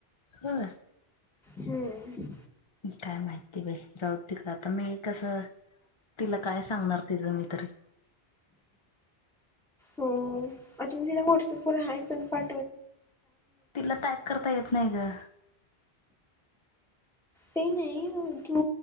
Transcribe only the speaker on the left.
<unintelligible>
काय माहिती बाई जाऊ तिकड आता मी कसं तिला काय सांगणार तिचं मी तरी?
तिला टाईप करता येत नाही ग.